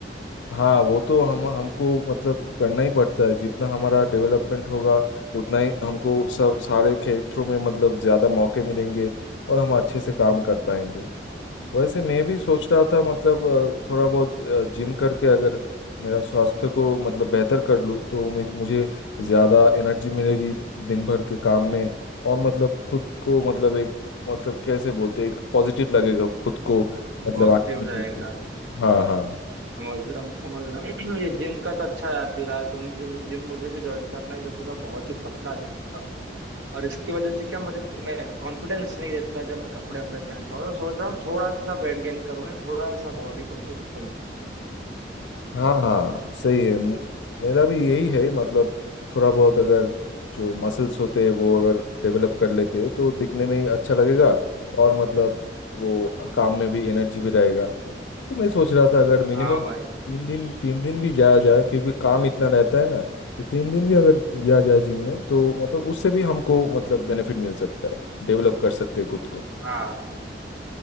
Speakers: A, on the left (about 80°); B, on the right (about 85°).
A: हाँ वो तो हम हमको मतलब करना ही पड़ता है जितना हमारा डेवलपमेंट होगा उतना ही हमको सब सारे क्षेत्रों में मतलब ज़्यादा मौके मिलेंगे और हम अच्छे से काम कर पाएंगे वैसे मैं भी सोच रहा था मतलब अ, थोड़ा बहुत जिम करके अगर मेरा स्वास्थ्य को मतलब बेहतर कर लूँ तो मुझे मुझे ज़्यादा एनर्जी मिलेगी दिन भर के काम में और मतलब खुद को मतलब एक मतलब कैसे बोलते हैं, एक पॉजिटिव लगेगा खुद को मतलब
B: पॉजिटिव
A: हम्म। आने में
B: रहेगा
A: खुद को।
B: लेकिन
A: हाँ हाँ
B: समझ रहा हूँ समझ रहा हूँ <clears throat> ये जिम का तो अच्छा याद दिलाया तुम जिम जिम मुझे भी ज्वाइन करना है क्योंकि मैं बहुत ही पतला दिखता हूँ और इसकी वजह से क्या मुझे मैं कॉन्फिडेंस नहीं रहता जब मैं कपड़े अपने पहनता हूँ तो सोच रहा हूँ थोड़ा सा वेट गेन करूँ या थोड़ा सा बॉडी को फिट करूँ
A: हाँ सही है म- मेरा भी यही है मतलब थोड़ा बहुत अगर जो मसल्स होते हैं वो अगर डेवलप कर लेते हैं तो दिखने में ही अच्छा लगेगा और मतलब वो काम में भी एनर्जी भी रहेगा तो मैं सोच रहा था अगर मिनिमम
B: हाँ भाई
A: तीन दिन तीन दिन भी जाया जाए क्योंकि काम इतना रहता है ना तो तीन दिन भी अगर गया जाए जिम में तो मतलब उससे भी हमको मतलब बेनिफिट मिल सकता है डेवलप कर सकते हैं खुद को
B: हाँ